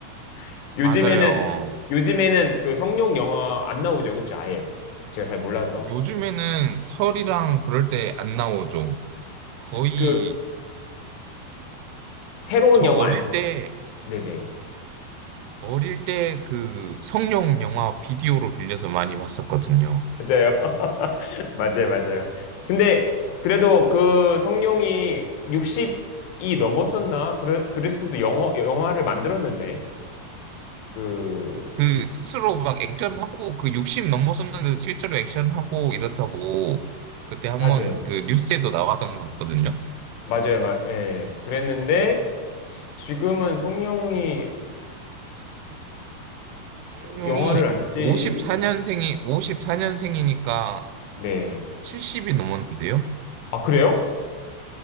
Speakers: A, on the left; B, on the right.
A: <laughs> 요즘에는,
B: 맞아요.
A: 요즘에는 그 성룡 영화 안 나오죠. 그쵸? 아예. 제가 잘 몰라서.
B: 요즘에는 설이랑 그럴 때 안 나오죠. 거의
A: 그, 새로운
B: 저
A: 영화
B: 어릴
A: 안 찍,
B: 때,
A: 네네.
B: 어릴 때 그 성룡 영화 비디오로 빌려서 많이 봤었거든요.
A: 맞아요. <laughs> 맞아요, 맞아요. 근데, 그래도 그 성룡이 60이 넘었었나? 그랬, 그랬어도 영어, 영화를 만들었는데, 그,
B: 그 스스로 막 액션하고 그 60 넘었었는데도 실제로 액션하고 이렇다고 그때 한번
A: 맞아요.
B: 그 뉴스에도 나왔던 것 같거든요.
A: 맞아요, 맞, 예. 그랬는데, 지금은 성룡이
B: 성룡이
A: 영화를 안 찍,
B: 54년생이, 54년생이니까
A: 네.
B: 70이 넘었는데요.
A: 아, 그래요?